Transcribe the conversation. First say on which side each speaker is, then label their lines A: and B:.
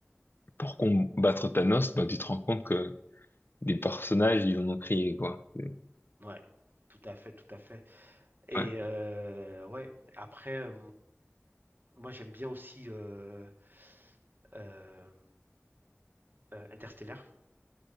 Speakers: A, on the left; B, on the right.
A: pour combattre Thanos, ben, tu te rends compte que Des personnages, ils en ont créé, quoi. Euh,
B: Ouais, tout à fait, tout à fait. Et
A: Ouais.
B: euh, ouais, après euh, moi j'aime bien aussi euh, euh, euh, Interstellar.